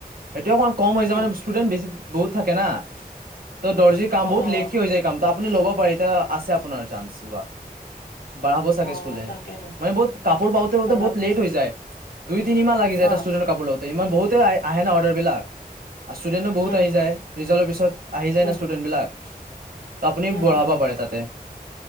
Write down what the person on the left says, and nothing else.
উম
অ
অ
অ
তাকেতো
বঢ়াব
ন
অ
উম
উম
উম
হম